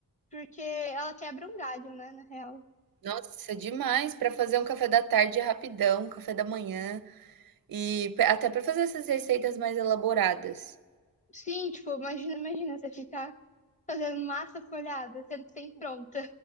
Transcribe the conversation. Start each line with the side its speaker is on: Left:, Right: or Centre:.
Left: Porque ela quebra um galho, né, na real.
Right: Nossa, demais para fazer um café da tarde rapidão, café da manhã e p até para fazer essas receitas mais elaboradas.
Left: Sim, tipo, imagina, imagina você ficar fazendo massa folhada, sendo que tem pronta.